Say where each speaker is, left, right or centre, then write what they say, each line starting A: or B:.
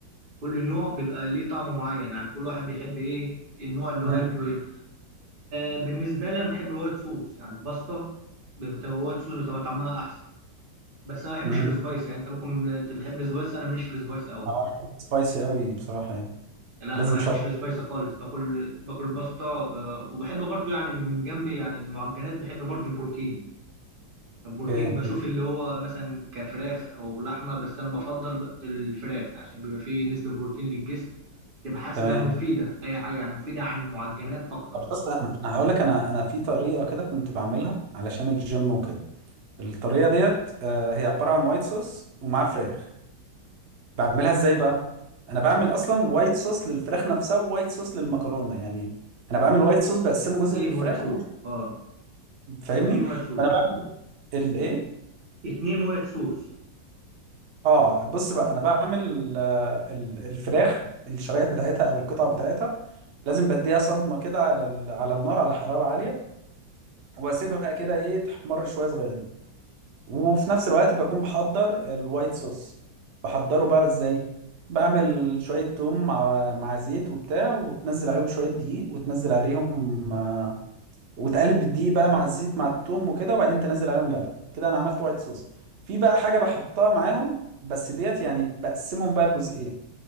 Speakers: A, on the right; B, on the right.
A: كل نوع بيبقى ليه طعم معين يعني كل واحد بيحب إيه النوع اللي
B: مم.
A: هو ياكله إيه آه بالنسبة لي أنا بحب الوايت صوص يعني البسطة بتبقى وايت صوص بتبقى طعمها أحسن بس أنا ما بحبش
B: مم.
A: السبايس يعني أنت ممكن تبقى تحب السبايس أنا ماليش في السبايس أوي
B: اه سبايسي قوي بصراحه يعني
A: لا
B: لازم
A: انا ما بحبش
B: شطه
A: السبايسي خالص باكل باكل باستا ب... وبحب برضو يعني من جنب يعني المعجنات بحب برضو البروتين البروتين
B: اوكي
A: بشوف اللي هو مثلا كفراخ او لحمه بس انا بفضل ب- الفراخ عشان بيبقى فيه نسبه بروتين للجسم تبقى حاسه
B: تمام
A: مفيده اي حاجه يعني مفيده عن المعجنات اكتر
B: طب بص انا انا هقول لك انا انا في طريقه كده كنت بعملها علشان الجيم وكده الطريقه ديت آه، هي عباره عن وايت صوص ومعاه فراخ بعملها ازاي بقى انا بعمل اصلا وايت صوص للفراخ نفسها ووايت صوص للمكرونه يعني انا بعمل وايت صوص بقسمه جزء
A: اتنين
B: للفراخ
A: وايت صوص
B: وجزء
A: اه
B: فاهمني
A: اتنين وايت صوص
B: فانا بعمل الايه
A: اتنين وايت صوص
B: اه بص بقى انا بعمل آه، ال- الفراخ الشرايح بتاعتها او القطع بتاعتها لازم بديها صدمه كده على ال- على النار على حراره عاليه واسيبها كده ايه تحمر شويه صغيرين وفي نفس الوقت بكون بحضر الوايت صوص بحضره بقى ازاي بعمل شويه توم مع مع زيت وبتاع وتنزل عليهم شويه دقيق وتنزل عليهم آه، وتقلب بالدقيق بقى مع الزيت مع التوم وكده وبعدين تنزل عليهم لبن كده انا عملت وايت صوص في بقى حاجه بحطها معاهم بس ديت يعني بقسمهم بقى لجزئين